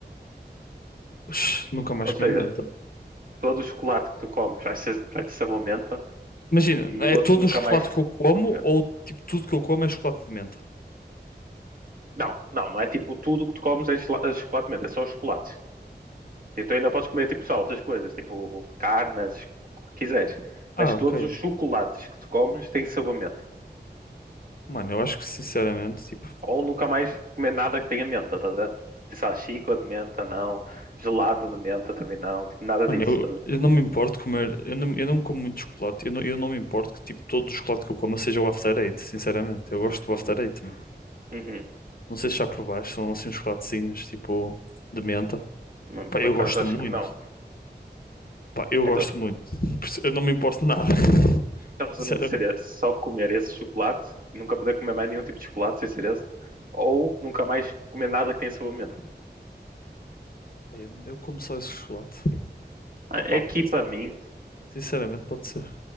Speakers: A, on the left (about 55°); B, on the right (about 55°).
A: Ux, nunca mais
B: Ou seja,
A: comi menta.
B: todo o chocolate que tu comes vai ser, vai ter sabor menta
A: Imagina,
B: e o
A: é
B: outro
A: todo
B: nunca
A: o chocolate
B: mais
A: que eu como
B: comes menta.
A: ou, tipo, tudo que eu como é chocolate de menta?
B: Não, não, não é tipo tudo que tu comes é chela- é chocolate de menta, é só os chocolates. Tipo, tu ainda podes comer tipo só outras coisas, tipo carnes, o que quiseres. Mas
A: Ah,
B: todos
A: ok.
B: os chocolates que tu comes têm sabor menta.
A: Mano, eu acho que, sinceramente, tipo,
B: Ou nunca mais comer nada que tenha menta, tá a ver? Tipo, sei lá, chicla de menta, não. Gelado de menta também não. Tipo, nada
A: Mano,
B: disso,
A: eu,
B: tá a ver?
A: eu não me importo comer, eu não, eu não como muito chocolate, eu não, eu não me importo que tipo todo o chocolate que eu coma seja o After Eight, sinceramente. Eu gosto do After
B: Hum,
A: Eight, meu.
B: uhum.
A: Não sei se já provaste, são assim uns chocolatezinhos tipo de menta.
B: Não, por
A: Pá, eu
B: acaso
A: gosto
B: acho
A: muito,
B: que não.
A: pá, eu
B: Então,
A: gosto muito. Por isso, Eu não me importo de nada, <laughs>
B: então, resumindo,
A: sinceramente.
B: seria só comer esse chocolate, nunca poder comer mais nenhum tipo de chocolate sem ser esse, ou nunca mais comer nada que tenha sabor a menta.
A: Pá, eu, eu como só esse chocolate.
B: Ah,
A: Pá, pá,
B: É que
A: pode
B: para
A: ser.
B: mim,
A: Sinceramente, pode ser.